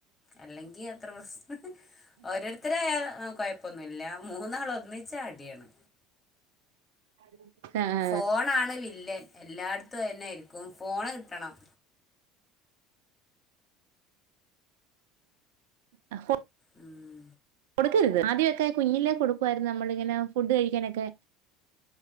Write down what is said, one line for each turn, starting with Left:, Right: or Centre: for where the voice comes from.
Left: അല്ലെകി അത്ര പ്രശ്ന ഓരോരുത്തര് ഇതായ കുഴപ്പമൊന്നുമില്ല മൂന്നാൾ ഒന്നിച്ച അടിയാണ്
Right: ആഹ <unintelligible>
Left: ഫോണാണ് വില്ലൻ എല്ലായിടത്തും തന്നൊയിരിക്കും ഫോണ് കിട്ടണം
Right: ആ <inaudible>
Left: ഉം
Right: കൊടുക്കരുത് ആദ്യമൊക്കെ കുഞ്ഞിലേ കൊടുക്കുമായിരുന്നു നമ്മളിങ്ങനെ ഫുഡ് കഴിക്കാനൊക്കെ